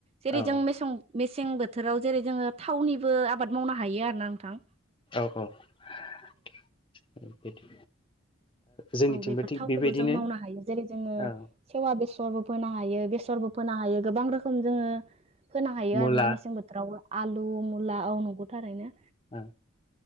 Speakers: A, on the right (about 30°); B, on the left (about 25°).
A: जेरै
B: औ
A: जों मेसें मेसें बोथोराव जेरै जोङो थावनिबो आबाद मावनो हायो आरो ना नोंथां।
B: औ औ बिदि जोंनिथिंबो
A: औ बेफोर
B: थिग
A: थावखौबो
B: बेबायदिनो
A: जों मावनो हायो जेरै जोङो
B: औ
A: सेवा बेसरबो फोनो हायो बेसरबो फोनो हायो गोबां रोखोम जोङो फोनो हायो
B: मुला
A: आरोना मेसें बोथोराव आलु मुला औ नंगौथारैनो।
B: ओ